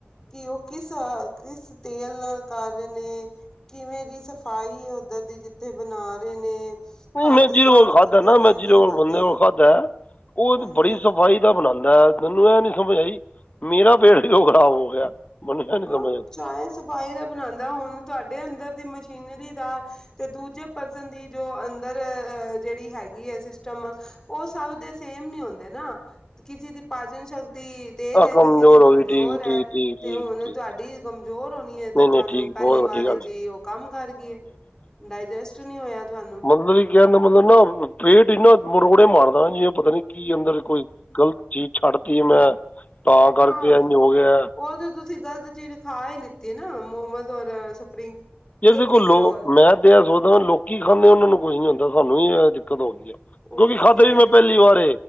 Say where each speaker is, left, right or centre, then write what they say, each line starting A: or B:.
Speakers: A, on the left (about 15°); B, on the left (about 40°).
A: ਕਿ ਉਹ ਕਿਸ- ਕਿਸ ਤੇਲ ਨਾਲ ਕਰ ਰਹੇ ਨੇ, ਕਿਵੇਂ ਦੀ ਸਫ਼ਾਈ ਉਹ ਕਦੀ ਜਿੱਥੇ ਬਨਾ ਰੇ ਨੇ। ਹੱਥ
B: ਨਈ ਜੀਰੇ
A: ਸਾਫ਼
B: ਕੋਲ ਖਾਧਾ
A: ਕਰਦੇ
B: ਨਾ
A: ਨੇ
B: ਮੈਂ,
A: ਜਾਂ
B: ਜੀਰੇ
A: ਨਹੀਂ
B: ਕੋਲ
A: ਕਰਦੇ
B: ਬੰਦੇ ਕੋਲ ਖਾਧਾਏ। ਉਹ
A: ਹਾਂਜੀ
B: ਬੜੀ ਸਫ਼ਾਈ ਦਾ ਬਨਾਦਾਏ, ਮੈਨੂੰ ਇਹ ਨੀ ਸਮਝ ਆਈ ਮੇਰਾ ਪੇਟ ਕੇਓ ਖ਼ਰਾਬ ਹੋ ਗਿਆ। ਮੈਨੂੰ ਇਹ ਨਹੀਂ
A: ਅ
B: ਸਮਝ ਆਈ
A: ਚਾ ਸਫ਼ਾਈ ਦਾ ਬਨਾਂਦਾ ਹੁਨ ਤੁਹਾਡੇ ਅੰਦਰ ਦੀ ਮਸ਼ੀ ਸ਼ੀਨਰੀ ਦਾ ਤੇ ਦੂਜੇ ਪਰਸਨ ਦੀ ਜੋ ਅੰਦਰ ਜਿਹੜੀ ਹੈਗੀ ਏ ਸਿਸਟਮ ਉਹ ਸਭ ਦੇ ਸੇਮ ਨੀ ਹੁੰਦੇ ਨਾ, ਕਿਸੇ ਦੀ ਪਾਚਨ ਸ਼ ਤੀ ਤੇਜ਼
B: ਆਹ
A: ਐ,
B: ਕਮਜ਼ੋਰ
A: ਕਿਸੇ ਦੀ ਕਮਜ਼ੋਰ
B: ਹੋ ਗਈ ਠੀਕ
A: ਐ
B: ਠੀਕ ਠੀਕ
A: ਤੇ
B: ਠੀਕ
A: ਹੁਨ
B: ਠੀਕ
A: ਤੁਹਾਡੀ ਕਮਜ਼ੋਰ ਹੋਨੀ ਐ ਤੇ
B: ਨਹੀਂ
A: ਤੁਹਾਨੂੰ
B: ਨਹੀਂ ਠੀਕ
A: ਪਹਿਲੀ
B: ਬਹੁਤ
A: ਵਾਰ
B: ਵੱਡੀ ਗੱਲ
A: ਐਚ ਈ ਉਹ ਕੰਮ ਕਰ ਗਈ ਐ। ਡਾਇਜੈਸਟ ਨਹੀ ਹੋਇਆ। ਤੁਹਾਨੂੰ
B: ਮਲਬ ਕੀ ਕੇਨ ਮਲਬ ਨਾ, ਟੇਡ ਇਨਾਂ ਮੜੋੜੇ ਮਾਰ ਤਾ ਹੀ ਏਹ ਪਤਾ ਨੀ ਕੀ ਅੰਦਰ ਕੋਈ, ਗ਼ਲਤ ਚੀਜ਼ ਛੱਡ ਤੀ ਏ ਮੈਂ, ਤਾਂ ਕਰਕੇ
A: ਹਾਂ
B: ਏਂਝ ਹੋ ਰਿਆ।
A: ਉਹ ਤੇ ਤੁਸੀ ਗ਼ਲਤ ਚੀਜ਼ ਖਾ ਈ ਲਿੱਤੀ ਨਾ, ਮੋਮੋਸ ਔਰ ਸਪਰਿੰਗ।
B: ਇਹਦੇ
A: ਸਪਰਿੰਗ
B: ਕੋ ਲੋ
A: ਰੋਲ
B: ਮੈਂ ਕਿਹਾ ਸੋਚਦਾ ਵਾਂ ਲੋਕੀ ਖਾਂਦੇ ਉਹਨਾਂ ਨੂੰ ਕੁਛ ਨੀ ਹੁੰਦਾ ਸਾਨੂੰ ਹੀ ਦਿੱਕਤ ਹੋ ਗਈ। ਕਿਉਂਕਿ
A: ਉਹੀ
B: ਖਾਧੇ
A: ਕਹਿ
B: ਵੀ ਮੈਂ
A: ਰਹੇ
B: ਪਹਿਲੀ
A: ਹਾਂ
B: ਵਾਰ